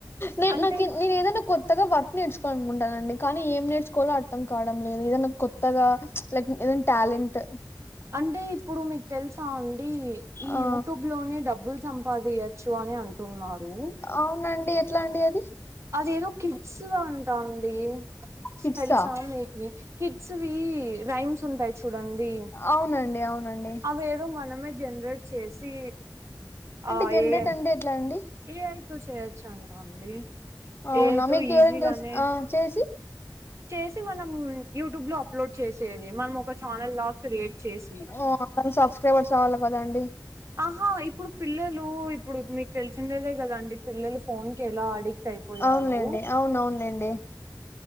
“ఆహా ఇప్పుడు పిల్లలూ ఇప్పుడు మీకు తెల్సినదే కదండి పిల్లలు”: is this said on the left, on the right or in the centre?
Right